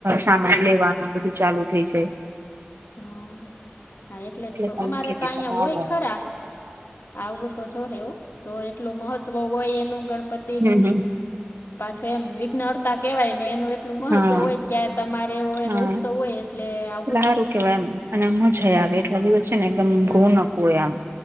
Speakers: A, on the right; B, on the left.
A: સામાન લેવાનું બધું ચાલુ થઇ જાય.
B: હા હા એટલે જ કહ
A: તમને
B: અમારે
A: કીધી
B: તો અહીંયા
A: તમે
B: હોય
A: આવો
B: ખરા. આવું તો જો હેવ તો એટલું મહત્ત્વ હોય એનું ગણપતિનું
A: હમ હમ
B: પાછો એમ વિઘ્ન અર્તા કેહેવાય ને એનું એટલું મહત્વ
A: હા
B: હોય ક તમારે એવ હોય એનો
A: હા
B: ઉત્સવ હોય. એટલે આવું
A: એટલે સારું કેવાય એમ અને આ મજા આવે એટલા દિવસ છે ને એકદમ
B: હા
A: ઘઉનકું હોય આમ.